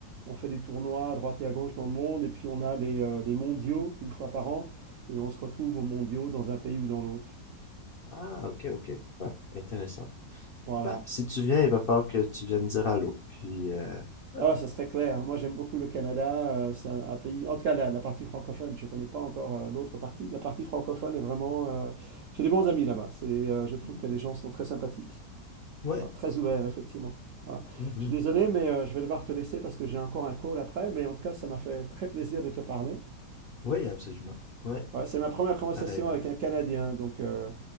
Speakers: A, on the right; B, on the left.
A: on fait des tournois à droite et à gauche dans le monde. Et puis, on a les, euh, les mondiaux une fois par an. Et on se retrouve aux mondiaux dans un pays ou dans l'autre.
B: Ah, ok, ok. Ouais, intéressant.
A: Voilà.
B: Bah, si tu viens, il va falloir que tu viennes dire allô. Puis, euh, ouais.
A: Ah, ça serait clair. Moi, j'aime beaucoup le Canada. euh, c'est un, un pays, en tout cas, la, la partie francophone. Je ne connais pas encore euh, l'autre partie. La partie francophone est vraiment. euh, j'ai des bons amis là-bas. C'est, euh, je trouve
B: Hmm.
A: que les gens sont très sympathiques.
B: Ouais.
A: Voilà, très ouvert, effectivement. Voilà.
B: Mhm.
A: Je suis désolé, mais euh, je vais devoir te laisser parce que j'ai encore un call après. Mais en tout cas, ça m'a fait très plaisir de te parler.
B: Oui, absolument. Ouais,
A: Ouais, c'est ma première conversation
B: pareillement.
A: avec un Canadien, donc euh,